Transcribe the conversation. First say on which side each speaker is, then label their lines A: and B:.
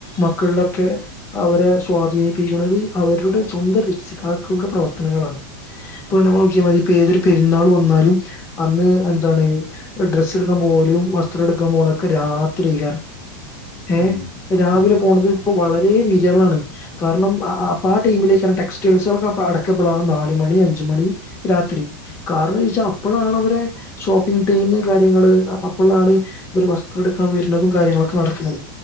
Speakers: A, on the left; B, on the left.
A: മക്കളിലൊക്കെ അവരെ സ്വാധീനിപ്പിക്കണത് അവരുടെ സ്വന്തം രക്ഷിതാക്കളുടെ പ്രവർത്തനങ്ങളാണ് ഇപ്പൊ നമ്മൾ
B: ഉം
A: നോക്കിയാൽ മതി ഏതൊരു പെരുന്നാൾ വന്നാലും അന്ന് എന്താണ് ഡ്രസ്സ് എട്ക്കാൻ പോകലും വസ്ത്രം എട്ക്കാൻ പോണതൊക്കെ രാത് <unintelligible> ഏഹ്
B: ഉം
A: രാവിലെ
B: ഉം
A: പോണത് ഇപ്പോ വളരെ രേ വിരളാണ് കാരണം അപ്പ ആ ടീമിലയ്ക്കാരം ടെക്സ്റ്റൈൽസളൊക്കെ അടക്ക എപ്പളാ നാല് മണി അഞ്ചു മണി രാത്രി കാരണെയ്ച്ച അപ്പളാണവരെ ഷോപ്പിംഗ് ടൈമ് കാര്യങ്ങള് <unintelligible> ഒരു വസ്ത്രം വര്ണതും കാര്യങ്ങളൊക്കെ നടക്കണെ